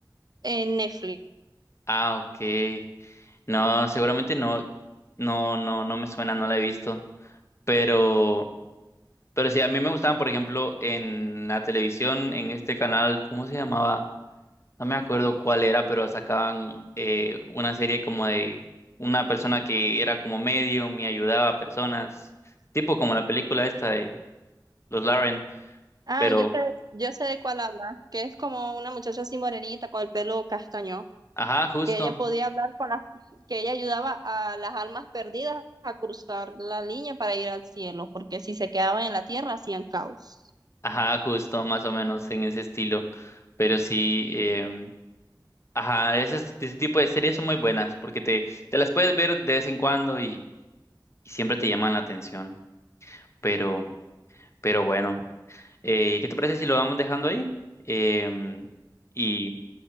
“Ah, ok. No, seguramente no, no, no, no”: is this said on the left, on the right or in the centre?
Left